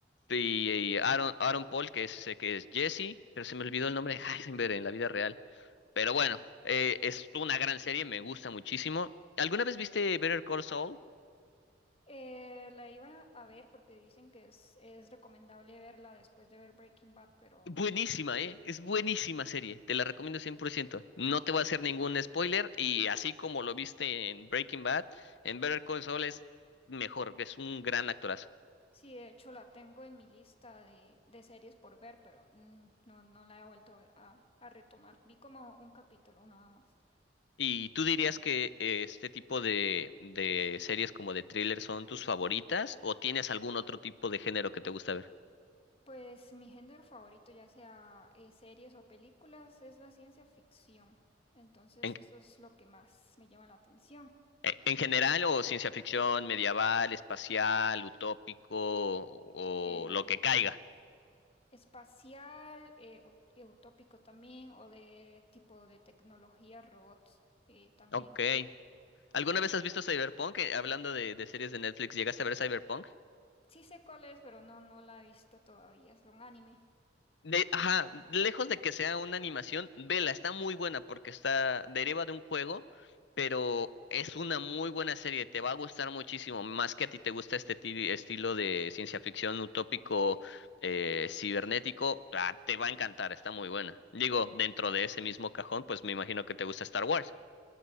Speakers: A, on the left; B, on the left.
A: Y, y Aaron, Aaron Paul, que es ese que es Jesse, pero se me olvidó el nombre <laughs> de Heisenberg en la vida real. Pero bueno, eh, es una gran serie, me gusta muchísimo. ¿Alguna vez viste Better Call Saul?
B: Eh, la iba a ver porque dicen que es, es recomendable verla después de ver Breaking Bad, pero
A: Buenísima,
B: no.
A: ¿eh? Es buenísima serie, te la recomiendo cien por ciento No te voy a hacer ningún spoiler y así como lo viste en Breaking Bad, en Better Call Saul es mejor, es un gran actorazo.
B: Sí, de hecho la tengo en mi lista de, de series por ver, pero mm, no, no la he vuelto a, a retomar. Vi como un capítulo nada más.
A: ¿Y tú dirías que eh, este tipo de, de series como de thriller son tus favoritas o tienes algún otro tipo de género que te gusta ver?
B: Pues mi género favorito, ya sea eh, series o películas, es la ciencia ficción. Entonces
A: En,
B: eso es lo que más me llama la atención.
A: eh, en general o ciencia ficción, medieval, espacial, utópico o
B: Eh,
A: lo que caiga.
B: espacial, eh, ut- eh, utópico también, o de tipo de tecnología, robots eh, también.
A: Ok. ¿Alguna vez has visto Cyberpunk? Eh, Hablando de, de series de Netflix, ¿llegaste a ver Cyberpunk?
B: Sí sé cuál es, pero no, no la he visto todavía. Es un anime.
A: De, ajá, lejos de que sea una animación, vela, está muy buena porque está, deriva de un juego, pero es una muy buena serie, te va a gustar muchísimo, más que a ti te gusta este ti- estilo de ciencia ficción utópico eh, cibernético, ah, te va a encantar, está muy buena. Digo, dentro de ese mismo cajón, pues me imagino que te gusta Star Wars.